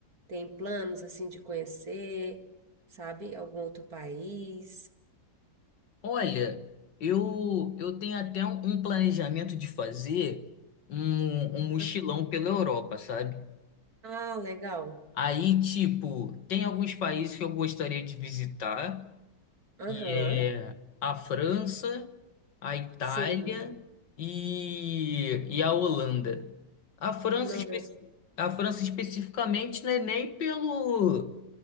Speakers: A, on the right; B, on the left.
A: tem planos assim de conhecer, sabe? Algum outro país?
B: Olha, eu eu tenho até um, um planejamento de fazer um, um mochilão
A: Aham.
B: pela Europa, sabe?
A: Ah, legal.
B: Aí, tipo, tem alguns países que eu gostaria de visitar,
A: Aham.
B: que é a França, a Itália
A: Sim.
B: e, e a Holanda. A França,
A: Nossa.
B: espe- a França especificamente, né, nem pelo